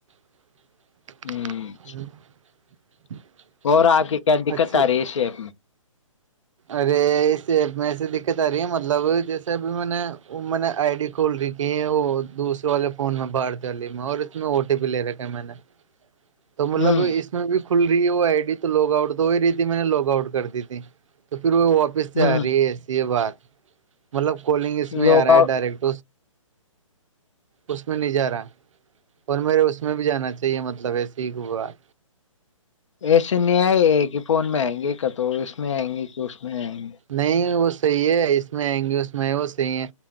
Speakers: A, on the right; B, on the left.
A: <inaudible>
B: ہ اور آ کے کیا دقت
A: اچھی
B: آ رہی ہے شیپ میں
A: ارے اس ایپ میں ای دقت آ رہی ہے مطلب جیسے اب میں نے نے آئی ڈی کھول رہیھی ہے وہ دوسرے والے فون میں باہار دی والی میں اور اس میں او ٹی پی لے رکھے ہے میں نے تو مطلب
B: ہ
A: میں بھی کھل رہی ہے وہ آئی ڈی تو لاگ آؤٹ تو ہو ہی رہی تھی میں نے لاگ آؤٹ کر دی تھی تو پھر وہ واپ سے
B: ہ
A: آ
B: ہ
A: رہی ہے ایسی یہ بات مطلب کالنگ اس
B: یوگا
A: میں آ رہا ہے ڈائریکٹ اس میں نہیں جا رہا اور میرے اس میں بھی جانا چاہیے مطلب ایسے ہیار
B: ایسے نہیں آئے یہ کہ فون م آئن گے کا تو اس میں آئیں گے کہ اس میں آئیں گے
A: نہیں وہ صحیح ہے اس میں آئیں گی اس میں وہ صحیح ہے